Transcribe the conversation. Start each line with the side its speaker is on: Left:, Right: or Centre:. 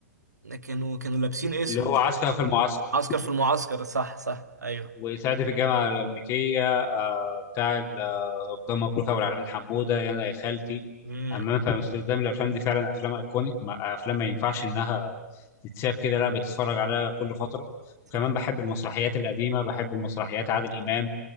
Right: كانوا كانوا لابسين اسود
Left: اللي هو عسكر
Right: كده.
Left: في المعسكر
Right: عسكر في المعسكر صح صح ايوه
Left: ويساعد في الجامعة الأمريكية آه، بتاع ال- آه، رمضان مبروك أبو العلمين حمودة يا أنا يا خالتي
Right: امم
Left: أمام في أمستردام الأفلام دي فعلا أفلام أيكونيك ما- أفلام ما ينفعش إنها تتساب كده لا بتتفرج عليها كل فترة
Right: صح
Left: وكمان بحب المسرحيات القديمة بحب المسرحيات عادل إمام